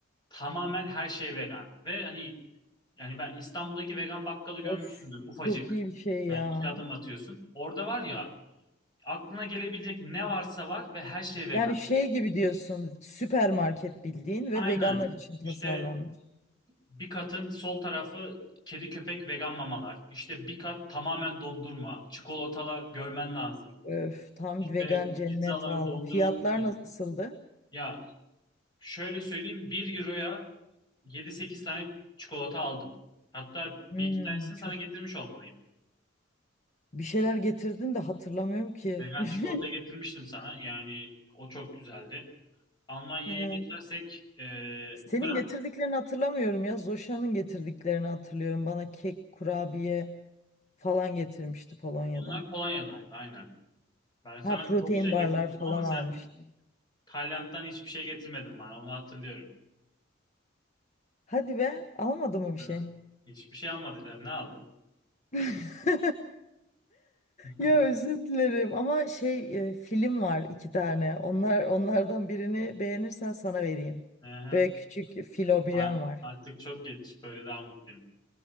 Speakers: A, on the left; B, on the left.
A: Tamamen her şey vegan. Ve hani yani ben İstanbul'daki vegan bakkalı görmüşsündür.
B: Of
A: Ufacık.
B: çok iyi bir şey
A: Yani
B: ya.
A: iki adım atıyorsun. Orada var ya aklına gelebilecek ne varsa var ve her şey vegan.
B: Yani şey gibi diyorsun süpermarket bildiğin
A: Aynen.
B: ve veganlar için tasarlanmış.
A: İşte bir katın sol tarafı kedi köpek vegan mamalar. İşte bir kat tamamen dondurma. Çikolatalar görmen lazım.
B: Öf tam
A: İşte
B: vegan cennet
A: pizzalar
B: valla.
A: dondurulmuş.
B: Fiyatlar nasıldı?
A: Ya şöyle söyleyeyim bir euroya yedi sekiz tane çikolata aldım. Hatta bir
B: Hmm,
A: iki tanesini sana
B: çok
A: getirmiş
B: iyi.
A: olmalıyım.
B: Bir şeyler getirdin de hatırlamıyorum ki.
A: Vegan
B: <laughs>
A: çikolata getirmiştim sana. Yani o çok güzeldi. Almanya'ya
B: He,
A: geçersek e,
B: Senin
A: Prag.
B: getirdiklerini hatırlamıyorum ya. Zoşa'nın getirdiklerini hatırlıyorum. Bana kek, kurabiye falan getirmişti Polonya'dan.
A: Onlar Polonya'daydı aynen. Ben sana
B: Ha protein
A: çok şey
B: barlar
A: getirmiştim
B: falan
A: ama sen
B: almıştı.
A: Tayland'dan hiçbir şey getirmedin bana. Onu hatırlıyorum.
B: Hadi be, almadı mı bir
A: Hı.
B: şey?
A: Hiçbir şey almadın. Ne aldın?
B: <laughs>
A: <laughs>
B: Ya özür dilerim ama şey e, film var iki tane. Onlar onlardan birini beğenirsen sana vereyim.
A: Hı hı.
B: Böyle küçük fil var.
A: A- Artık çok geç. Böyle daha mutluyum.